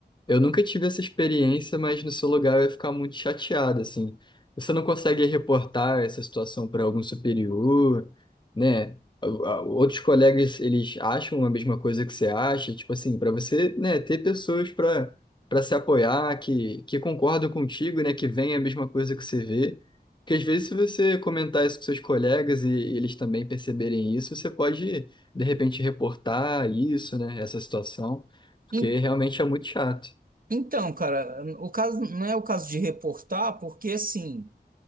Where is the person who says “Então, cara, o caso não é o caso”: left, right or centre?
Right